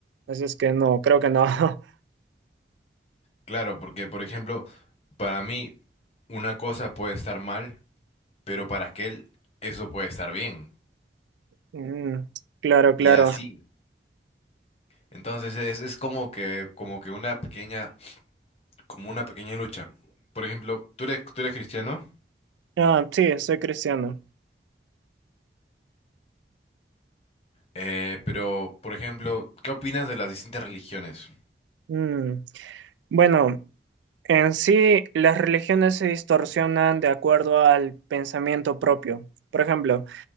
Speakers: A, on the right; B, on the left.
A: Así es que no, creo que no. <laughs>
B: Claro, porque por ejemplo, para mí una cosa puede estar mal, pero para aquel eso puede estar bien.
A: Mm, claro, claro.
B: Y así. Entonces es, es como que, como que una pequeña como una pequeña lucha. Por ejemplo, tú eres, tú eres cristiano,
A: Ah, sí, soy cristiano.
B: eh, pero, por ejemplo, ¿qué opinas de las distintas religiones?
A: Mm, Bueno, en sí las religiones se distorsionan de acuerdo al pensamiento propio. Por ejemplo,